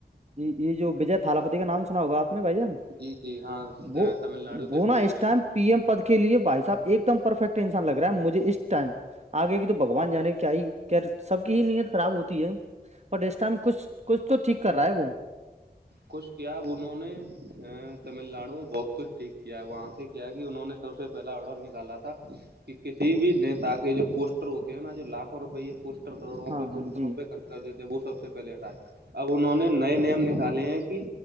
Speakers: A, on the right; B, on the right.
A: یہ یہ جو وجے تھالاپتی کا نام سنا ہوگاپ نے بھائی جان
B: جی جی ہاں
A: وہ
B: تمل ناڈو
A: وہ
B: کے سی
A: نا
B: ایم
A: اس ٹائم
B: ہے وہ
A: ایم پد کے لیے بھائی صاحب ایک دم پرفیکٹ انسان لگ رہا ہے مجھے اس ٹائم آگے کی تو بگوان کان جانے کی کیااہی کیا سب کی ہی نیت خراب ہوتی ہے اور اس ٹائم کچھ کچھ تو ٹھیک کر رہا ہے وہ
B: کچھ کیا ا انہوں نے ا تمل ناڈو بہت کچھ ٹھیک کیا ہے وہاں سے کیا ہے کہ انہوں نے سب سے پہلا اڈل نکالا تھا کہ کسی بھی نیتا کے جو پوسٹر ہوتے ہے نا جو لاکھوں روپ پوسٹر کروڑوں
A: ہاں
B: پ
A: ہاں
B: پوسٹروں
A: جی
B: پہ خرچ کر دیتے ہیں وہ سب سے پہے ہٹھائے اب انہوں نے نئے نیم نکال چالے ہیں کہ